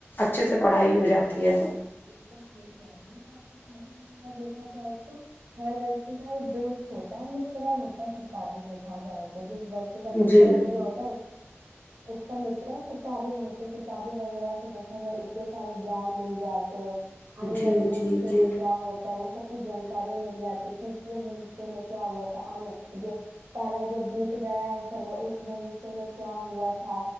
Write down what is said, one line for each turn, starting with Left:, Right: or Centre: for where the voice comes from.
Left: اچھے سے پڑھائی ہو جاتی ہے
Right: وہ تو شہر نہیں ہے آپ کو سہ دیکھا جائے تو ہر ویکتی کا ایک دوست ہوتا ہے اس طرح ہوتا ہے کتابیں دیکھا جائے تو جس و کا متر
Left: جی
Right: نہیں ہوتا ہو اس کا متر کتابیں ہوتی کتابیں وغیرہ سے دیکھا جائے اتنے سارے گیان مل جاتے آنے
Left: جی
Right: والے بھویشہ
Left: جی جی
Right: میں کیا ہوتا سب کی جانکیا مل جاتی پچھلے بھویشے میں کیا ہو تھا کال جب بید گیا ہے سمے اس بھویشیہ میں کیا ہوا تھا